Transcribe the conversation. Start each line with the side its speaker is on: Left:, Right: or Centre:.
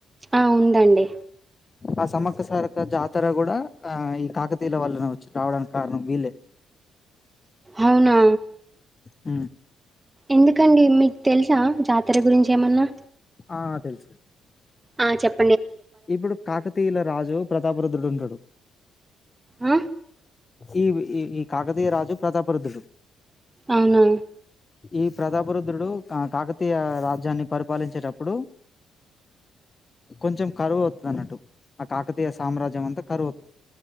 Right: ఆ ఉందండి
Left: ఆ సమక్కసారక జాతర కూడా ఆ ఈ కాకతీయుల వల్లన వచ్చు రావడానికి కారణం వీళ్లేే,
Right: అవునా
Left: ఊ
Right: ఎందుకండి మీకు తెలుసా, జాతర గురించి ఏమన్నా,
Left: ఆ తెలుసు
Right: ఆ చెప్ప
Left: ఇప్పుడు కాకతీయుల రాజు ప్రతాప రద్రుడు ఉంటాడు
Right: ఆ
Left: ఈ ఈ ఈ కాకతీయ రాజు ప్రతాపరుద్ధుడు
Right: అవునా
Left: ఈ ప్రతాప రుద్రుడు కాకతీయ రాజ్యాన్ని పరిపాలించేటప్పుడు కొంచెం, కరు వత్తాది అన్నటు ఆ కాకతీయ సమ్రాజ్యం అంత కరువు,